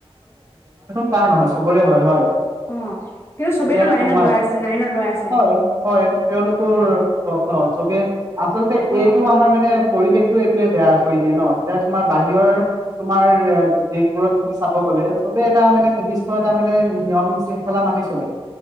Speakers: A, on the right; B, on the left.
A: তাৰ নহয় চবৰে হয়।
B: অ', কিন্তু চবেইতো
A: এতিয়া
B: লাইনত
A: তোমাৰ
B: লৈ আছে, লাইনত ৰৈ আছে।
A: হয় হয় তেওঁলোকৰ ন চবে। আচলতে
B: অ',
A: এইটো আমাৰ মানে। পৰিৱেশটো এইটোৱে বেয়া কৰি দিয়ে ন এ তোমাৰ বাহিৰৰ তোমাৰ। দেশবোৰত তুমি চাব গলে চবে এটা মানে নিৰ্দিষ্ট। তাৰ মানে নিয়ম শৃংখলা মানি চলে।